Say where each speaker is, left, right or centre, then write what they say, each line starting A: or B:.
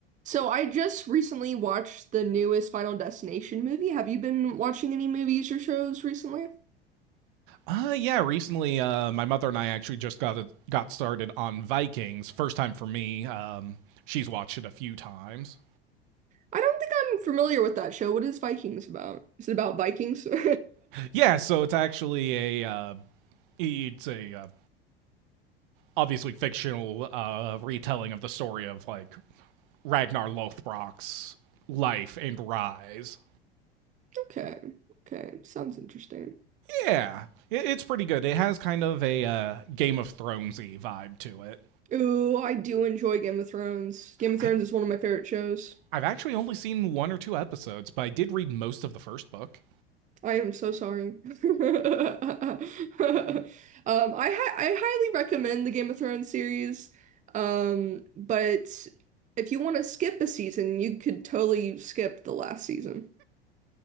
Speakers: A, on the right (about 25°); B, on the right (about 60°).
A: So I just recently watched the newest Final Destination movie. Have you been watching any movies or shows recently?
B: Uh yeah, recently uh my mother and I actually just got a, got started on Vikings. First time for me. Um she's watched it a few times.
A: I don't think I'm familiar with that show. What is Vikings about? Is it about Vikings? <laughs>
B: Yeah, so it's actually a uh it's a uh, obviously fictional uh retelling of the story of like Ragnar Lothbrok's life and rise.
A: Okay. Okay. Sounds interesting.
B: Yeah. It, it's pretty good. It has kind of a uh Game of Thronesy vibe to it.
A: Ooh, I do enjoy Game of Thrones. Game of
B: I
A: Thrones is one of my favorite shows.
B: I've actually only seen one or two episodes, but I did read most of the first book.
A: I am so sorry. <laughs> Um, I hi I highly recommend the Game of Thrones series, um, but if you want to skip a season, you could totally skip the last season.